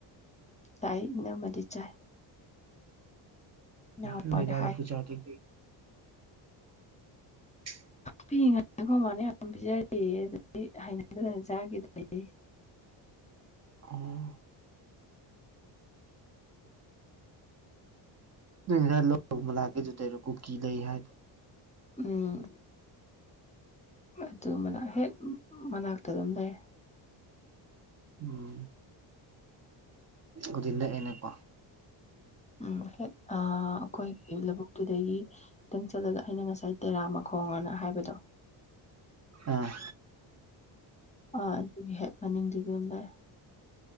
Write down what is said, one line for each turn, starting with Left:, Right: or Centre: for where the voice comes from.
Left: ꯇꯥꯏ ꯏꯅꯝꯃꯗꯤ ꯆꯥꯏ ꯏꯅꯥꯎꯄꯥꯅ
Right: ꯎ ꯅꯣꯏꯗꯥ
Left: ꯍꯥꯏ
Right: ꯂꯐꯨ ꯆꯥꯔꯗꯤ <inaudible>
Left: ꯄꯤꯛꯏ ꯉꯩꯗꯩꯩ ꯑꯈꯣꯏ ꯃꯥꯅ ꯌꯥꯝ ꯄꯤꯖꯔꯛ ꯑꯌꯦ ꯑꯗꯨꯗꯩꯩ ꯍꯩꯅꯗꯗꯅ ꯆꯥꯈꯤꯗ꯭ꯔꯦꯌꯦ
Right: ꯑ ꯅꯣꯏ ꯑꯗꯥꯏ ꯂꯧ ꯝꯅꯥꯛ ꯑꯗꯨꯗꯔꯣ ꯀꯨꯀꯤ ꯂꯩ ꯍꯥꯏ
Left: ꯎꯝ ꯑꯗꯨ ꯃꯅꯥ ꯍꯦꯛ ꯃꯅꯥꯛꯇ ꯑꯗꯨꯝ ꯂꯩꯔꯦ
Right: ꯎꯝ ꯑꯗꯨꯗꯤ ꯅꯛꯑꯅꯦꯀꯣ
Left: ꯎꯝ ꯍꯦꯛ ꯑ ꯑꯩꯈꯣꯏꯒꯤ ꯂꯧꯕꯨꯛꯇꯨꯗꯒꯤ ꯈꯤꯇꯪ ꯆꯠꯂꯒ ꯑꯩꯅ ꯉꯁꯥꯏ ꯇꯦꯔꯥꯃ ꯈꯣꯡ ꯑꯅ ꯍꯥꯏꯕꯗꯣ
Right: ꯎꯝ
Left: ꯑ ꯑꯗꯨꯒꯤ ꯍꯦꯛ ꯃꯅꯤꯡꯗꯨꯗ ꯑꯗꯨꯝ ꯂꯩꯔꯦ